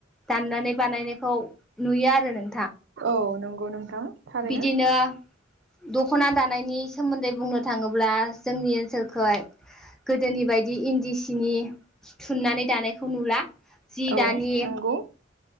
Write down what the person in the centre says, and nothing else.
दाननानै बानायनायखौ नुयो आरो नों।
बिदिनो दख'ना दानायनि सोमोन्दै बुंनो थाङोब्ला जोंनि ओनसोलखै गोदोनि बायदि इन्दि सिनि थुननानै दानायखौ नुला। जि
दानि